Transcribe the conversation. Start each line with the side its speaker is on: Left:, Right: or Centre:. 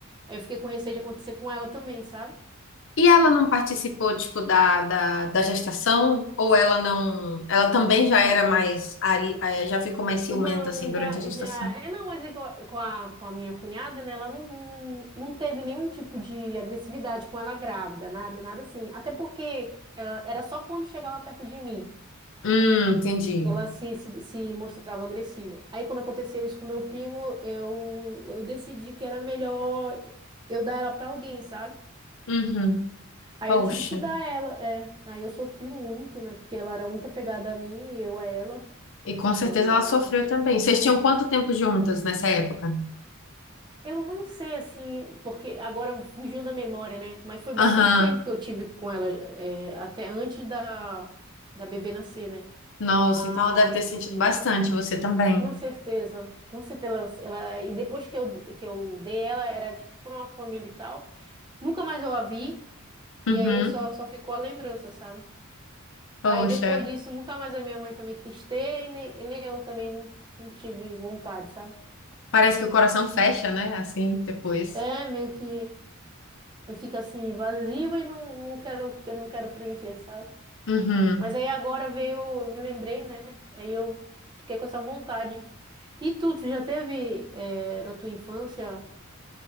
Right: Aí eu fiquei com receio de acontecer com ela também, sabe?
Left: E ela não participou, tipo, da, da, da gestação? Ou ela não... Ela também já era mais... Ari... eh, Já ficou mais ciumenta,
Right: Não,
Left: assim,
Right: já,
Left: durante a gestação?
Right: já, é não, mas é que eu- com a, com a minha cunhada, né, ela não, não teve nenhum tipo de agressividade com ela grávida, nada, nada assim. Até porque ela- era só quando chegava perto de mim
Left: Hum, entendi.
Right: que ela se, se, se mostrava agressiva. Aí quando aconteceu isso com meu primo, eu, eu decidi que era melhor eu dar ela pra alguém, sabe?
Left: Uhum.
Right: Aí
Left: Poxa.
Right: eu tive que dar ela, é. Aí eu sofri muito, né, porque ela era muito apegada a mim e eu a ela.
Left: E com certeza
Right: é.
Left: ela sofreu também. Vocês tinham quanto tempo juntas nessa época?
Right: Eu não sei, assim, porque agora fugiu da memória, né? Mas foi bastante
Left: Aham.
Right: tempo que eu tive com ela, é, até antes da, da bebê nascer, né?
Left: Nossa,
Right: Ai,
Left: então ela deve ter sentido bastante, você também.
Right: com certeza, com certeza. Ela, ela- e depois que eu, que eu dei ela, era tipo pra uma família e tal. Nunca mais eu a vi, e
Left: Uhum.
Right: aí eu só, só ficou a lembrança, sabe?
Left: Poxa.
Right: Aí depois disso, nunca mais a minha mãe também quis ter, e nem, e nem eu também não, não tive vontade, sabe?
Left: Parece que o coração fecha, né? Assim, depois.
Right: É meio que. Eu fico assim vazio e não, não quero, eu não quero preencher, sabe?
Left: Uhum.
Right: Mas aí agora veio, eu me lembrei, né? Aí eu fiquei com essa vontade. E tu, tu já teve eh, na tua infância